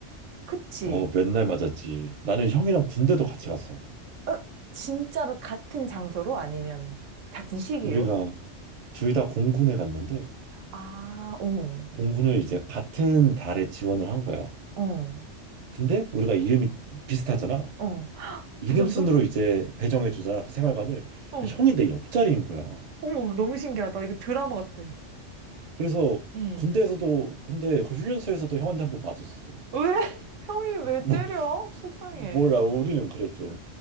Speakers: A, on the right; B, on the right.
A: 그치.
B: 어, 맨날 맞았지. 나는 형이랑 군대도 같이 갔어.
A: 어? 진짜로 같은 장소로 아니면 같은 시기로?
B: 우리가 둘 다 공군에 갔는데
A: 아, 어,
B: 공군을 이제 같은 달에 지원을 한 거야.
A: 어,
B: 근데 우리가 이름이 비슷하잖아.
A: 어.
B: 이름
A: 대전도?
B: 순으로 이제 배정해 주자 그 생활관을
A: 어.
B: 그러니까 형이 내 옆자리인 거야
A: 어머, 너무 신기하다. 이거 드라마 같아.
B: 그래서
A: 응.
B: 군대에서도 군대 그 훈련소에서도 형한테 한번 맞았었어
A: 왜? <laughs> 형이 왜
B: 뭐
A: 때려? 속상해.
B: 몰라 우리는 그랬죠